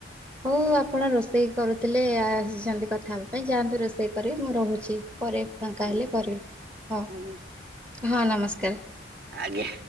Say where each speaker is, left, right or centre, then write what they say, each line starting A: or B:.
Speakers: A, on the right; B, on the right.
A: ହଉ ଆପଣ ରୋଷେଇ କରୁଥିଲେ ଆସିଛନ୍ତି କଥା ହେବା ପାଇଁ ଯାଆନ୍ତୁ ରୋଷେଇ କରିବି ମୁଁ ରହୁଛି ପରେ ଫାଙ୍କା
B: ଆଜ୍ଞା
A: ହେଲେ କରିବି। ହଉ
B: ଆଜ୍ଞା
A: ହଁ ନମସ୍କାର।
B: ଆଞା।